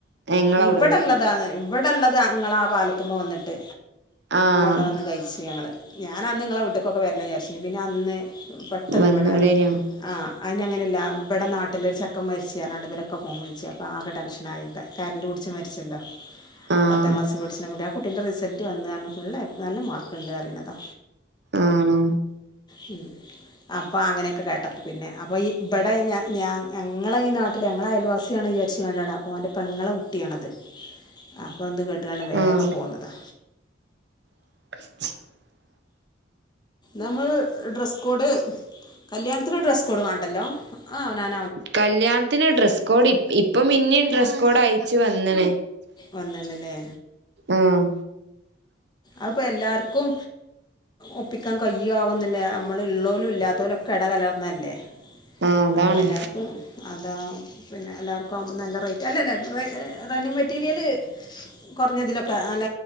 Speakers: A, on the right (about 65°); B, on the left (about 25°).
A: ഞങ്ങളവിടെള്ളെ
B: ഇവിടെള്ളത് അതാണ് ഇവിടെള്ളത് ങ്ങളാ ആ പാലത്തുമ്മ വന്നിട്ട്
A: ആഹ്
B: അവിടെ വന്ന് കയിച്ചു ഞങ്ങള് ഞാനന്ന് നിങ്ങളെ വീട്ടിക്കൊക്കെ വരണം വിചാരിച്ച പിന്നെ അന്ന് പെ ട്ടെന്നിവിടെ
A: വന്നൂടേനോ
B: ആ അതിന്റെയങ്ങനെയല്ല ഇവിടെ നാട്ടിലൊരു ചെക്കൻ മരിച്ച് പറഞ്ഞാണ്ട് ഇവലൊക്കെ ഫോൺ വിളിച്ച് അപ്പോൾ ആകെ ടെൻഷനായി കറന്റ് പിടിച്ച് മരിച്ചല്ലോ
A: ആഹ്
B: പത്താം ക്ലാസ് പഠിച്ചണ കുട്ടി ആ കുട്ടീന്റെ റിസൾട്ട് വന്ന് പറഞ്ഞ് ഫുള് എ പ്ലസ് നല്ല മാർക്കുണ്ട് അറിയണതാ
A: ആണോ
B: ഉം അപ്പോ അങ്ങനെയൊക്കെ കേട്ടപ്പോ പിന്നെ അപ്പോ ഈ ഇവിടെ ഞ ഞങ്ങളെ ഈ നാ ട്ടില്ലേ ഞങ്ങളെ അയൽവാസിയാണ് വിചാരിചെങ്ങാണ്ടാണ് മോൻ്റെ പെങ്ങളെ കുട്ടിയാണത് ആ അപ്പോ എന്ത് കേട്ടുങ്ങാണ്ട് വേഗം
A: ആഹ്
B: പോന്നതാ
A: <unintelligible>
B: നമ്മള് ഡ്രസ്സ് കോഡ് കല്യാണത്തിന് ഡ്രസ്സ് കോഡ് വേണ്ടല്ലോ ആ നാ
A: കല്യാണത്തിന് ഡ്രസ്സ് കോഡ് ഇപ്പം പിന്നേം ഡ്രസ്സ് കോഡ് അയച്ചു വന്ന്ണു
B: വന്ന്ണ്ല്ലേ
A: ആഹ്
B: അക്പ്പൊ എല്ലാർക്കും ഒപ്പിക്കാൻ കയ്യോ ആവുന്നില്ല നമ്മൾ ഉള്ളോലും ഇല്ലാതോലും ഒക്കെ ഇട കലർന്നതല്ലേ
A: ആഹ് അതാണ്
B: അപ്പം എല്ലാർക്കും അതാ പിന്നെ എല്ലാർക്കും ആവുമ്പോൾ നല്ല റേറ്റ് അല്ലല്ല റണ്ണിങ്‌ മെറ്റീരിയല് കുറഞ്ഞതിലൊക്കെ അല